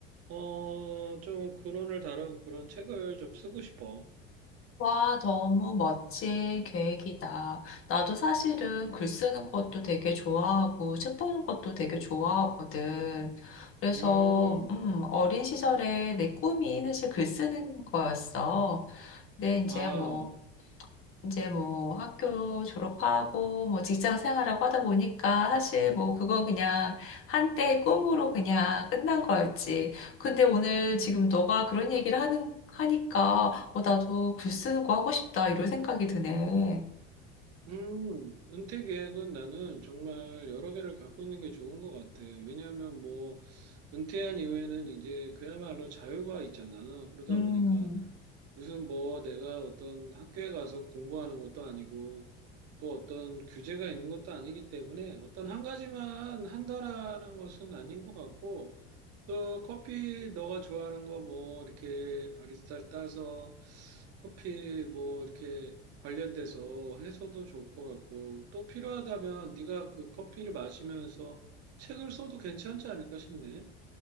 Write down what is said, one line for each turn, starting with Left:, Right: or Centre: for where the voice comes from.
Right: 어, 좀 근원을 다룬 그런 책을 좀 쓰고 싶어.
Left: 와, 너무 멋진 계획이다. 나도 사실은
Right: 음,
Left: 글 쓰는 것도 되게 좋아하고, 책 보는 것도 되게 좋아하거든. 그래서,
Right: 음,
Left: 음, 어린 시절에 내 꿈이 사실 글 쓰는 거였어. 근데 이제
Right: 아.
Left: 뭐, 이제 뭐 학교 졸업하고 뭐 직장 생활하고 하다 보니까 사실 뭐 그건 그냥 한때의 꿈으로 그냥 끝난 거였지. 근데 오늘 지금 너가 그런 얘기를 하는, 하니까 어, 나도 글 쓰는 거 하고 싶다 이런 생각이 드네.
Right: 음, 은퇴 계획은 나는 정말 여러 개를 갖고 있는 게 좋은 것 같아. 왜냐하면 뭐, 은퇴한 이후에는 이제 그야말로 자유가 있잖아. 그러다
Left: 음.
Right: 보니까 무슨 뭐 내가 어떤 학교에 가서 공부하는 것도 아니고 또 어떤 규제가 있는 것도 아니기 때문에 어떤 한 가지만 한다라는 것은 아닌 것 같고 또 커피 너가 좋아하는 거 뭐 이렇게 바리스타를 따서 커피 뭐 이렇게 관련돼서 해서도 좋을 것 같고 또 필요하다면 네가 그 커피를 마시면서 책을 써도 괜찮지 않을까 싶네.